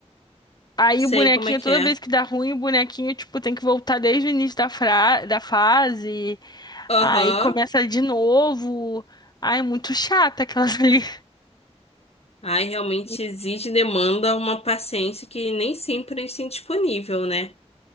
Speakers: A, on the left; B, on the left.
A: Aí
B: Sei
A: o bonequinho,
B: como é que
A: toda
B: é.
A: vez que dá ruim, o bonequinho, tipo, tem que voltar desde o início da fra da fase.
B: Aham.
A: Aí começa de novo. Ai, muito chata aquelas ali.
B: Aí realmente
A: <laughs>
B: exige e demanda uma paciência que nem sempre a gente tem disponível, né?